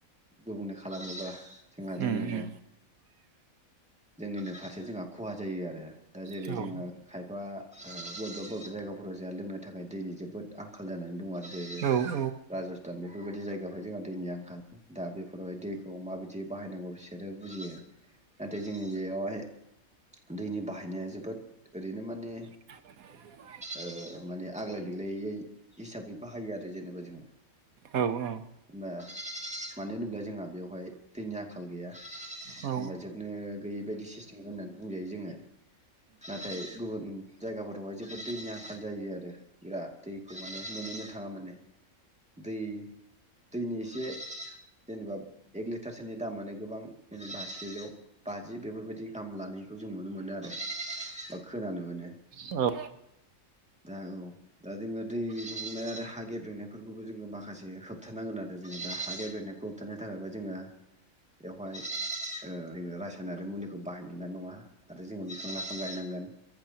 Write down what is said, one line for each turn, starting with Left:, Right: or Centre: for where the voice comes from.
Centre: गुबुंले खालामोबा जोंहा
Right: उम
Centre: जोंनोनो
Right: उम
Centre: जोंनिनो फारसे जोंहा खहा जायो आरो दा जेरै
Right: औ औ
Centre: जोंङो खायफा ओ बबेबा बबेबा जायगाफोराव जोंहा लोंनो थाखाय दैनि जोबोद आंखाल जानानै दं आरो
Right: औ औ
Centre: राज स्थान बेफोरबायदि जायगायावहाय जोंहा दैनि आंखाल दा बेफोरावहाय दैखौ माबायदि बाहायनांगौ बिसोरो बुजियो नाथाय जोंनि बेयावहाय दैनि बाहायनाया जोबोद ओरैनो माने
Right: <inaudible>
Centre: ओ माने आग्लाय दिग्लायै हिसाबै बाहायो आरो जेनेबा जोंङो
Right: औ औ उम औ
Centre: <unintelligible> मानो होनोब्ला जोंहा बेवहाय दैनि आंखाल गैया
Right: औ
Centre: जेनेबा जोब नो गैयि बायदि सिस्टिम होननानै बुंजायो जोंङो नाथाय गुबुन जायगाफोरावहाय जोबोद दैनि आंखाल जायो आरो बिराद दैखौ माने मोननोनो थांङा माने दै दैनि एसे जेनेबा एक लिटारसोनि दामानो गोबां जेनबा सेजौ बाजि बेफोरबायदि गाहाम लानाय बिखौ जों नुनो मोनो आरो बा खोनानो मोनो
Right: औ
Centre: दा औ दा जोंंङो दै गुबुंनाय आरो हा गेब्रेंनायफोरखौबो जोंङो माखासे होबथानांगोन आरो जोंङो दा हा गेब्रेनायखौ होबथानो थाखायबो जोंङो बेवहाय ओ रासायनारि मुलिखौ बाहायनो मोननाय नङा आरो जोङो बिफां- लाइफां गायनांगोन